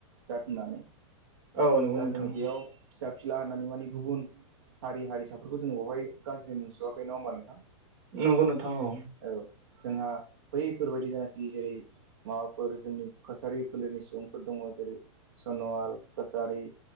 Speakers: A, on the right; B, on the right.
A: जाद होननानै
B: औ नंगौ
A: दा
B: नोंथां
A: जोङो बेयाव फिसा फिला होननानै माने गुबुन हारि हारिसाफोरखौ जोङो बेवहाय गाज्रि मुंसुआाखै नङा होमबा नोंथां?
B: नंगौ नोंथां औ
A: औ जोंहा बैफोरबायदि जेनाखि जेरै माबाफोर जोंनि कसारि फोलेरनि सुबुंफोर दङ जेरै सन'वाल कसारि